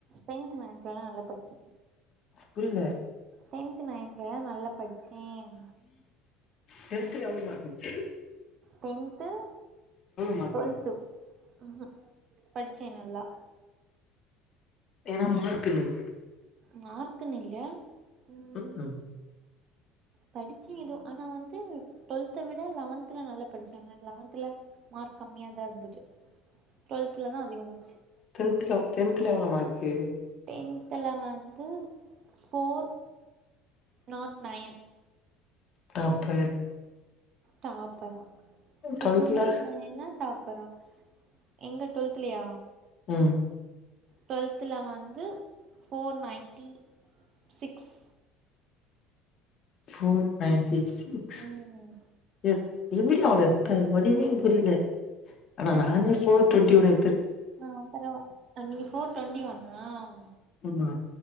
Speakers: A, on the right; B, on the left.
A: டென்த் நைன்த்லல்லா நல்லா படிச்ச
B: புரில
A: டென்த் நைன்த்தல்லா நல்லா படிச்சேன்
B: டென்த்ல எவ்ளோ மார்க்கு
A: டென்த்து
B: மார்க்கு
A: டுவெல்த்து ம்ஹும் படிச்சே நல்லா
B: என்ன மார்க் என்னாங்
A: மார்க்குனுல்ல ம்
B: ம்ஹூம்
A: படிச்சே எதோ ஆனா வந்து டுவெல்த விட லெவன்த்ல நல்லா படிச்சேங்க லெவன்தல மார்க் கம்மியாதா இருந்தது டுவெல்த்லதா அதிக மார்க்
B: டென்த்லோ டென்த்ல எவ்ளோ மார்க்கு
A: டென்த்துல வந்து ஃபோர் நாட் நையன்
B: டாப்பர்
A: டாப்பரா
B: டுவெல்த்ல
A: அப்பன்னா நா என்ன டாப்பரா எங்க டுவல்த்துலயா
B: ம்
A: டுவல்த்துல வந்து four ninety six
B: four ninety six
A: ம்
B: எத் எப்பிடி அவ்ளோ எத்த ஒண்ணுமே என் புரில ஆனா
A: ஆ
B: நானே ஃபோர் டொண்ட்டி ஒனு
A: ஆ பரவா ப நி ஃபோர் டொண்டி வண்ணாவ்
B: ஆமா